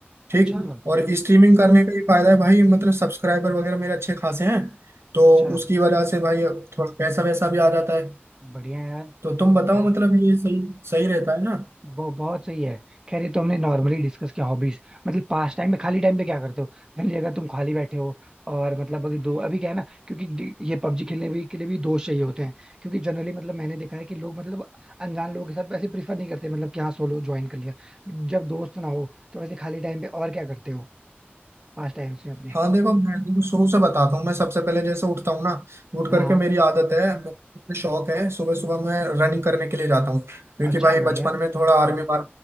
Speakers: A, on the right; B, on the right.
A: ठीक
B: अच्छा
A: और स्ट्रीमिंग करने का ये फायदा है भाई मतलब सब्सक्राइबर वगैरह मेरे अच्छे खासे हैं तो
B: अच्छा
A: उसकी वजह से भाई थोड़ा पैसा वैसा भी आ जाता है
B: बढ़िया यार
A: तो तुम बताओ
B: यार
A: मतलब ये सही सही रहता है ना
B: वो बहुत सही है खैर ये तो हमने नॉर्मली डिस्कस किया हॉबीज मतलब पास टाइम में खाली टाइम पे क्या करते हो जनरली अगर तुम खाली बैठे हो और मतलब अभी दो अभी क्या है ना क्योंकि डी- ये पबजी खेलने भी के लिए भी दोस्त चाहिए होते हैं क्योंकि जनरली मतलब मैंने देखा है कि लोग मतलब अनजान लोगों के साथ वैसे प्रीफर नहीं करते मतलब कि हाँ सोलो ज्वाइन कर लिया जब दोस्त ना हो तो वैसे खाली टाइम पे और क्या करते हो पास टाइम में अपने
A: हाँ देखो मैं देखो शुरू से बताता हूँ मैं सबसे पहले जैसे उठता हूँ ना उठ
B: हाँ
A: करके
B: हाँ
A: मेरी आदत है मेरा शौक है सुबह सुबह मैं रनिंग करने के लिए जाता हूँ क्योंकि
B: अच्छा
A: भाई
B: बढ़िया
A: बचपन
B: है
A: में थोड़ा आर्मी वार